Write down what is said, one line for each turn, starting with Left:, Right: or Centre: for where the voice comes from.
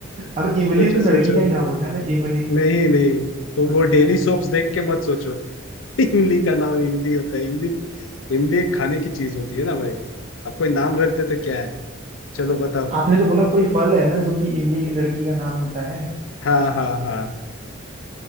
Right: अब
Left: सोचो
Right: इमली तो
Left: सोचो
Right: लड़की का ही नाम होता है ना इमली
Left: नहीं नहीं तुम
Right: कौन
Left: वो
Right: सा
Left: डेली
Right: है
Left: सोप्स देख के मत सोचो <laughs> इमली का नाम इमली होता है इमली इमली एक खाने की चीज होती है ना भाई अब कोई नाम रख दे तो क्या है चलो बताओ
Right: आपने तो बोला कोई फल है ना जो कि इमली लड़की का नाम होता है
Left: हाँ हाँ